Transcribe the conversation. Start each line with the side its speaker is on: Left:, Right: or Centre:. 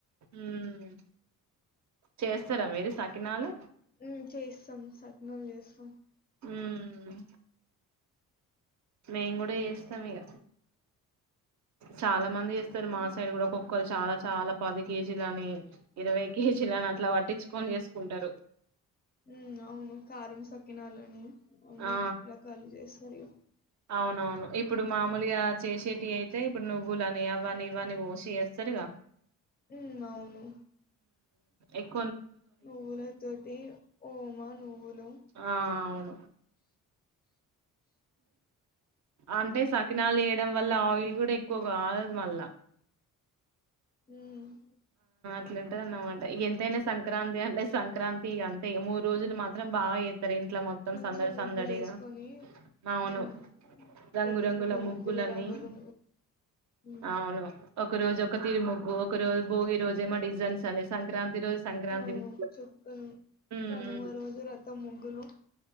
Right: ఉమ్ చేస్తారా మీరు సకినాలు
Left: ఉం చేస్తాం సకినాలు చేస్తాం
Right: ఉం మేం కూడా చేస్తాం ఇగ చాలా మంది చేేస్తారు
Left: హ్మ్.
Right: మా సైడ్ కూడా ఒక్కోక్క చాలా చాలా పది కేజీల అని ఇరవై కేజీలని అట్లా ప ట్టిచ్చుకొని చేసుకుంటారు
Left: ఉం అవును కారం సకినాలని అన్ని
Right: ఆ
Left: రకాలు చేస్తారు ఇగ
Right: అవునవును ఇప్పుడు మామూలుగా చేసేటిఐయితే ఇప్పుడు నువ్వులని అవని ఇవని ఒషీ చేస్తరుగా
Left: ఉం అవును
Right: ఎక్
Left: నువ్వుల తొటి ఓమ నువ్వులు
Right: ఆ అవును అంటే సకినాలు వేయడం వల్ల ఆయిల్ కూడా ఎక్కువ కాలదు మళ్ళా
Left: హ్మ్
Right: అట్లుంటదిన్నమాట ఎంతైనా సంక్రాంతి అంటే సంక్రాంతి అంతే మూడు రోజులు మాత్రం బాగా ఇంట్లో మొత్తం
Left: మంచిగా
Right: సందడి
Left: ముగ్గులు
Right: సందడిగా
Left: వేసుకొని
Right: అవును
Left: హ్మ్
Right: రంగురంగుల
Left: పెద్ద పెద్ద
Right: ముగ్గులని
Left: ముగ్గులు రంగులు హ్మ్
Right: అవును ఒక రోజు ఒక తిరి ముగ్గు ఒక రోజు భోగి రోజుమొ డిజైన్స్ అని సంక్రాంతి రోజు సంక్రాంతి
Left: ఆ
Right: ముగ్గు
Left: చుక్కలు
Right: ఉమ్
Left: కనుమ
Right: ఉమ్.
Left: రోజు రతం ముగ్గులు